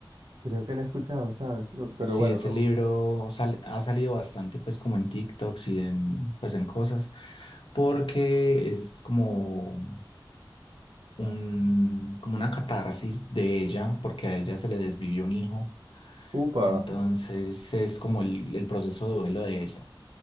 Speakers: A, on the right; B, on the left.
A: Creo que la he escuchado, ¿sabes? Bu- Pero
B: Sí,
A: bueno,
B: ese libro
A: no-
B: sal- ha salido bastante pues como en TikToks y en pues en cosas, porque es como un como una catarsis de ella, porque a ella se le desvivió un hijo,
A: upa,
B: entonces
A: un
B: es como el, el proceso de duelo de ella.